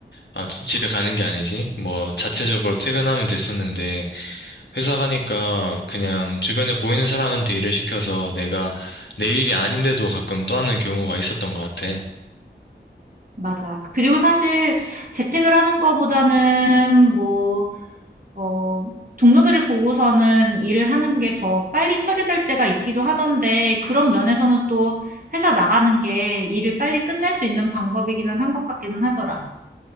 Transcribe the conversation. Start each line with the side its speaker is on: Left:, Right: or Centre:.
Left: 아, 지- 집에 가는 게 아니지. 뭐 자체적으로 퇴근하면 됐었는데 회사 가니까 그냥 주변에 보이는 사람한테 일을 시켜서 내가 내 일이 아닌데도 가끔 떠안는 경우가 있었던 것 같아.
Right: 맞아. 그리고 사실 재택을 하는 거보다는 뭐 어, 동료들을 보고서는 일을 하는 게 더 빨리 처리될 때가 있기도 하던데, 그런 면에서는 또 회사 나가는 게 일을 빨리 끝낼 수 있는 방법이기는 한 것 같기는 하더라.